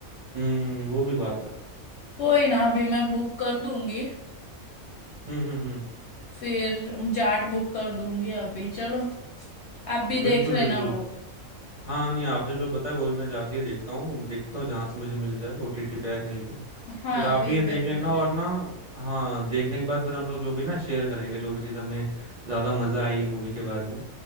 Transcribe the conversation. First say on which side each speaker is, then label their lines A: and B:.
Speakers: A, on the right; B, on the left.
A: हम्म वो भी बात है
B: कोई ना अभी मैं बुक कर दूंगी
A: हम्म हम्म हम्म
B: फिर जाट बुक कर दूंगी अभी चलो आप भी
A: बिल्कुल
B: देख लेना
A: बिल्कुल
B: वो
A: हाँ नहीं आपने जो बताया वही मैं जाके देखता हूँ अब देखता हूँ जहां से मुझे मिल जाए ओटीटी पे या कहीं पे
B: हाँ
A: बट आप
B: कहीं
A: भी ये देख
B: पे तो
A: लेना
B: मिल
A: और
B: जाए
A: ना हाँ देखने के बाद फिर हम लोग जो भी ना शेयर करेंगे जो भी चीज़ हमें ज्यादा मजा आई मूवी के बारे में